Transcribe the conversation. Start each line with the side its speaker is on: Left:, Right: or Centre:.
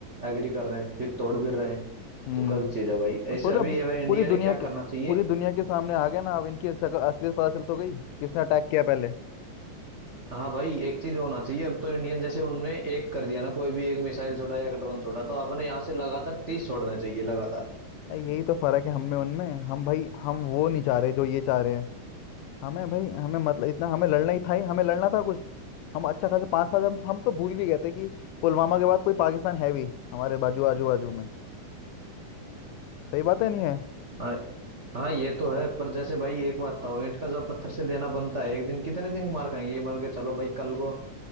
Right: एग्री कर रहे हैं फिर तोड़ भी रहे हैं
Left: हम्म
Right: तो गलत चीज है भाई
Left: और
Right: ऐसे
Left: सोचो
Right: अभी
Left: अब
Right: ये इंडिया
Left: पूरी दुनिया
Right: ने क्या
Left: के
Right: करना चाहिए
Left: पूरी दुनिया के सामने आ गया ना अब इनकी शक्ल असलियत पता चल तो गई किसने अटैक किया पहले
Right: हाँ भाई एक चीज होना चाहिए अब तो इंडियन जैसे उनने एक कर दिया ना कोई भी एक मिसाइल छोड़ा या एक ड्रोन छोड़ा तो आपने यहाँ से लगातार तीस छोड़ने चाहिए लगातार
Left: अरे यही तो फर्क है हम में उनमें हम भाई हम वो नहीं चाह रहे जो ये चाह रहे हैं हमें भाई हमें मतलब इतना हमें लड़ना ही था ही हमें लड़ना था कुछ हम अच्छा खासा पाँच साल हम हम तो भूल भी गए थे कि पुलवामा के बाद कोई पाकिस्तान है भी हमारे बाजू आजू बाजू में सही बात है नहीं है
Right: हाँ हाँ ये तो है पर जैसे भाई एक बात था ईंट का जब पत्थर से देना बनता है एक दिन कितने दिन मार खाएंगे ये मान के चलो भाई कल को